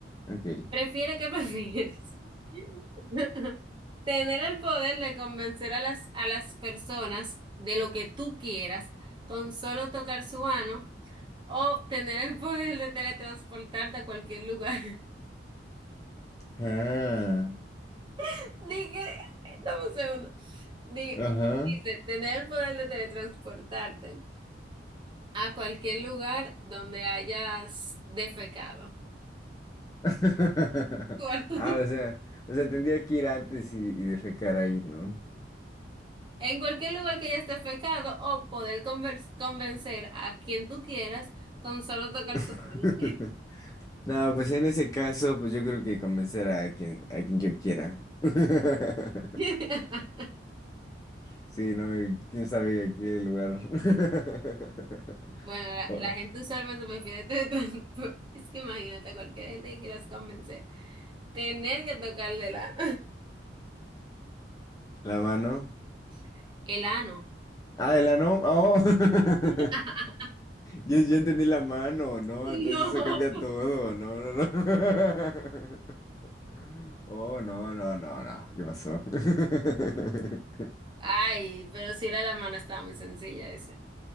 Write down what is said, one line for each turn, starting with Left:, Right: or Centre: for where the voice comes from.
Left: ok.
Right: ¿Prefiere qué prefieres? <laughs> Tener el poder de convencer a las, a las personas de lo que tú quieras con solo tocar su mano o tener el poder de teletransportarte a cualquier lugar.
Left: Ah,
Right: <laughs> Dije, dame un segundo. Dije,
Left: ajá.
Right: dice, tener el poder de teletransportarte a cualquier lugar donde hayas defecado.
Left: <laughs>
Right: <laughs> Cuarto,
Left: Ah, o sea, o sea, tendría que ir antes y, y defecar ahí, ¿no?
Right: En cualquier lugar que hayas defecado o poder convers- convencer a quien tú quieras con solo tocar
Left: <laughs>
Right: su mano.
Left: No, pues en ese caso, pues yo creo que convencer a quien, a quien yo quiera. <laughs>
Right: <laughs>
Left: Sí, no, Y quién sabe aquí el lugar. <laughs>
Right: Bueno, la,
Left: Oh,
Right: la gente usualmente prefiere teletransportar. <laughs> Es que imagínate a cualquier gente que quieras convencer, tener que tocarle el ano.
Left: La mano.
Right: <laughs> El ano.
Left: Ah, de la ano. Oh. <laughs>
Right: <laughs>
Left: Yo, yo entendí la mano, ¿no?
Right: No.
Left: Entonces eso cambia todo, no, no, no. <laughs> Oh, no, no, no, no. ¿Qué pasó? <laughs>
Right: Ay, pero si era la mano, estaba muy sencilla ese.